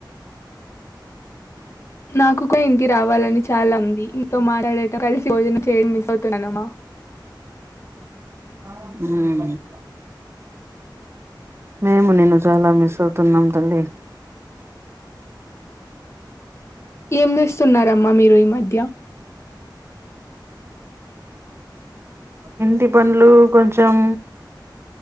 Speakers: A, on the left (about 35°); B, on the right (about 30°).
A: నాకు నాకు ఇంటికీ రావాలని చాలా ఉంది నీతో మాట్లాడి కలిసి భోజనం చేయడం మిస్ అవుతున్నానమ్మా
B: ఉహు మేము నిన్ను చాలా మిస్ అవుతున్నాము తల్లి
A: ఏం చేస్తున్నారమ్మా మీరు ఈ మధ్య
B: ఇంటి పనులు కొంచం